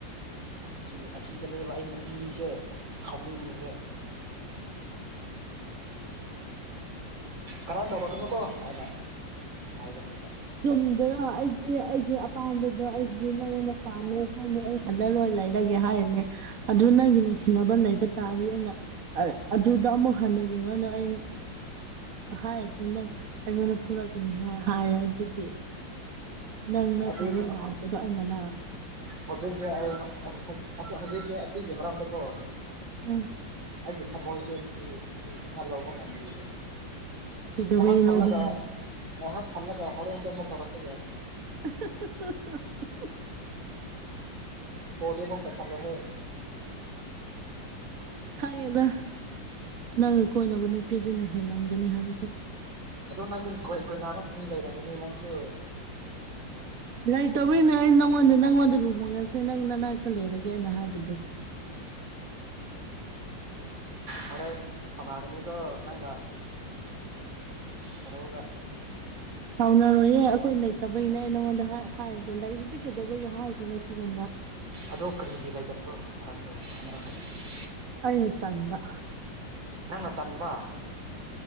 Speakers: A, on the right; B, on the right.
A: ꯁꯤ ꯑꯁꯤꯗꯅꯦꯕ ꯑꯩ ꯅꯨꯄꯤꯁꯦ ꯁꯥꯎꯅꯤꯡꯉꯤꯁꯦ꯫ ꯀꯔꯟ ꯇꯧꯔꯛꯀꯅꯨꯀꯣ ꯍꯥꯏꯅ ꯍꯥꯏꯕꯅꯦꯕ
B: ꯆꯨꯝꯗꯦꯅ ꯑꯩꯗꯤ ꯑꯩꯒꯤ ꯑꯄꯥꯝꯕꯗꯣ ꯑꯩꯗꯤ ꯅꯪꯉꯣꯟꯗ ꯄꯥꯝꯃꯦ ꯈꯣꯠꯂꯦ ꯑꯩ꯫ ꯍꯜꯂꯔꯣꯏ ꯂꯩꯔꯒꯦ ꯍꯥꯏꯔꯅꯦ ꯑꯗꯨ ꯅꯪꯒꯤ ꯅꯨꯡꯁꯤꯅꯕ ꯂꯩꯕ ꯇꯥꯔꯗꯤ ꯑꯩꯅ꯫ ꯑꯗꯨꯗ ꯑꯃꯨꯛ ꯍꯟꯅ ꯌꯦꯡꯉꯅꯨ ꯑꯩ꯫ ꯍꯥꯏ ꯑꯗꯨ ꯅꯪ ꯑꯩꯉꯣꯟꯗ ꯄꯨꯔꯛ ꯀ ꯍꯥꯏ ꯌꯥ ꯑꯗꯨꯗꯤ ꯅꯪ ꯅꯠꯇꯕ꯭ꯔꯣ
A: ꯑꯗꯨ
B: ꯂꯄꯗꯣ ꯑꯩꯅꯅ
A: ꯍꯧꯖꯤꯛꯁꯦ ꯑꯩ ꯍꯧꯖꯤꯛꯁꯦ ꯑꯁꯤꯒꯤ ꯃꯔꯝꯗꯀꯣ꯫
B: ꯎꯝ
A: ꯑꯩꯒꯤ ꯊꯃꯣꯏꯁꯦ <inaudible> ꯂꯧꯕ ꯉꯝꯗ꯭ꯔꯤꯕ
B: ꯀꯩꯗꯧꯕꯩ
A: ꯉꯥꯢ ꯍꯥꯛ ꯊꯜꯂꯒ
B: ꯂꯧꯕ ꯉꯝꯗ
A: ꯃ ꯊꯜꯂꯒ ꯍꯣꯔꯦꯟꯇꯃ ꯇꯧꯔꯛꯛꯇ ꯌꯥ
B: <unintelligible>
A: ꯀꯣꯗ ꯍꯧꯛꯇ ꯈꯜꯂ ꯍ
B: ꯈꯪꯉꯦꯗ ꯅꯪꯒ ꯀꯣꯏꯅꯕ ꯅꯨꯄꯤꯗꯨꯅ ꯍꯦꯜꯂꯝꯒꯅꯤ ꯍꯥꯏꯕꯁꯨ
A: ꯑꯗꯣ ꯅꯪꯗꯤ ꯀꯣꯏ ꯀꯣꯏ ꯅꯥꯔꯣꯟ ꯂꯩꯔꯝꯒꯅꯤ ꯅꯪꯁꯨ꯫
B: ꯂꯩꯇꯧꯕꯔꯤꯅꯦ ꯑꯩ ꯅꯪꯉꯣꯟꯗ ꯅꯪꯉꯣꯟꯗ ꯂꯨꯍꯣꯡꯉꯁꯦ ꯅꯪ ꯅꯅꯥꯛꯇ ꯂꯩꯔꯒꯦ ꯑꯅ ꯍꯥꯏꯕꯗꯨꯗꯤ
A: ꯍꯣꯔꯦꯟ ꯁꯅꯒꯅꯤꯀꯣ ꯅꯪꯒꯥ꯫ ꯍꯔꯣꯒ
B: ꯁꯥꯎꯅꯔꯣꯏꯌꯦ ꯑꯩꯈꯣꯏ ꯂꯩꯇꯕꯒꯤꯅꯦ ꯑꯩ ꯅꯉꯣꯟꯗ ꯍꯥꯏꯔꯗ ꯂꯩꯔꯥꯗꯤ ꯀꯩꯗꯧꯕꯒꯤ ꯍꯥꯏꯗꯣꯏꯅꯣ ꯁꯤꯒꯨꯝꯕ
A: ꯑꯗꯣ ꯀꯔꯤꯒꯤ ꯂꯩꯇꯕ꯭ꯔꯣ ꯃꯔꯝꯗꯣ ꯑꯃꯔ ꯍꯥꯏꯕꯤꯌꯨꯅ
B: ꯑꯩ ꯇꯗ
A: ꯅꯪꯅ ꯇꯟꯕ